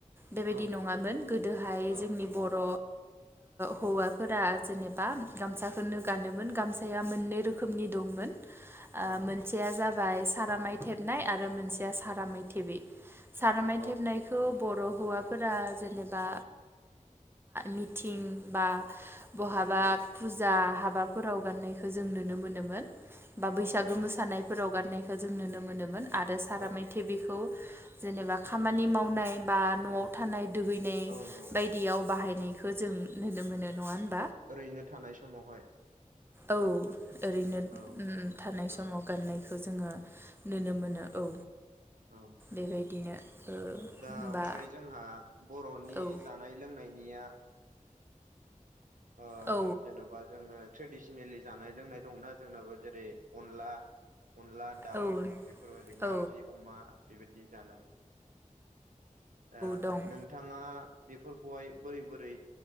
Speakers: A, on the right; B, on the right.
A: बेबायदि
B: औ
A: नङामोन गोदोहाय
B: औ
A: जोंनि बर' हौवाफोरा जेनेबा गामसाखौनो गानोमोन गामसाया मोननै रोखोमनि दंमोन
B: औ
A: मोनसेया जाबाय सारामाय थेबनाय आरो मोनसेया सारामाइ थेबै सारनाय
B: औ
A: थेबनायखौ बर' हौवाफोरा जेनेबा मिथिं बा बहाबा
B: औ
A: फुजा हाबाफोराव गाननायखौ जों नुनो मोनोमोन बा बैसागो
B: औ
A: मोसानायफोराव गाननायखौ जों नुनो मोनोमोन आरो सारामायथे
B: औ
A: बेखौ जेनेबा खामानि मावनाय बा न'आव थानाय दुगैनाय
B: औ न
A: बायदियाव बाहाय फनायखौ जों नुनो मोनो नङा होन
B: ओरैनो थानाय समावहाय
A: औ ओरैनो
B: औ
A: उम थानाय
B: औ
A: समाव गाननायखौ जोङो नुनो मोनो औ
B: औ
A: बेबायदिनो ओ
B: दा ओमफ्राय
A: बा
B: जोंहा बर'नि
A: औ
B: जानाय लोंनायनिया ओ
A: औ
B: जेन'बा जोङो ट्रेडिसनेलि जानाय लोंनाय दंना जोंनाबो जेरै अनला अनला दावउ
A: औ
B: बेफोरबायदि
A: औ
B: नारजि अमा बेबायदि जानाय दा
A: दं
B: नोंथाङा बेफोरखौहाय बोरै बोरै